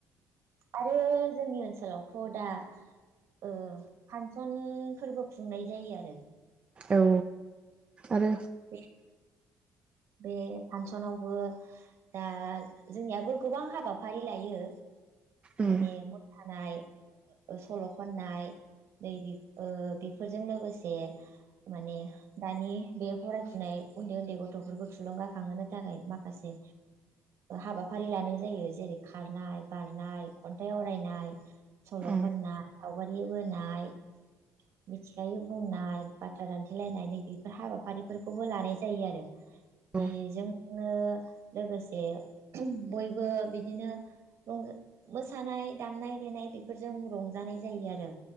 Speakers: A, on the right; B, on the right.
A: आरो जोंनि ओनसोलावथ' दा ओ फानसन फोरबो खुंनाय जायो आरो
B: औ आरो
A: बे बे फासनावबो दा जोंनियाबो गोबां हाबाफारि लायो
B: उम
A: माने मोसानाय सल' खननाय नै बेफोर ओ बेफोरजों लोगोसे माने दानि बे फरायफुनाय उन्दै उन्दै गथफोरखौ थुलुंगाखांहोनो थाखाय माखासे हाबाफारि लानाय जायो जेरै खारनाय बारनाय खन्थाइ आवरायनाय सल
B: औ
A: खननाय सावगारि बोनाय मिथिखायै बुंनाय बाथ्रा रान्थिलायनाय बेफोर हाबाफारिफोरखौबो लानाय जायो आरो बे
B: औ
A: जों ओ लोगोसे बयबो बिदिनो रंजा मोसानाय दामनाय देनाय बेफोरजों रंजानाय जायो आरो